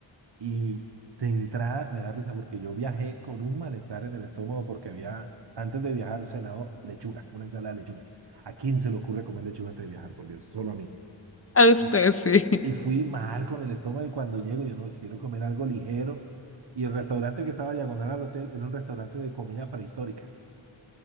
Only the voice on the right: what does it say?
y de entrada me da risa porque yo viajé con un malestar en el estómago porque había, antes de viajar, cenado lechuga, una ensalada de lechuga. ¿A quién se le ocurre comer lechuga antes de viajar, por Dios? Solo a mí.
Y, f-
y fui mal con el estómago y cuando llego yo no, quiero comer algo ligero. Y el restaurante que estaba diagonal al hotel era un restaurante de comida prehistórica.